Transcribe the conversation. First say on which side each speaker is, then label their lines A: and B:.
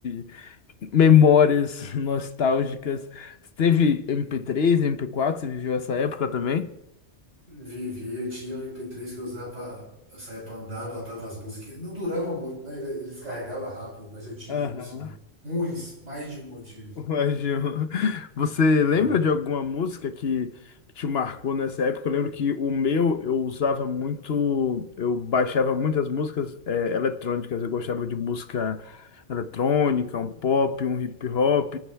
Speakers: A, on the left; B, on the right.
A: de memórias <laughs> nostálgicas. Você teve MP3, MP4? Você viveu essa época também?
B: Vivia, eu tinha um MP3 que eu usava para sair para andar, botava as músicas. Não durava muito, né? Ele- Eles carregavam rápido, mas eu tive
A: Aham.
B: um, sim. Uns, mais de um eu tive.
A: Ué, Gil, Você lembra
B: É.
A: de alguma música que te marcou nessa época? Eu lembro que o meu eu usava muito, eu baixava muitas músicas eh, eletrônicas, eu gostava de música eletrônica, um pop, um hip hop,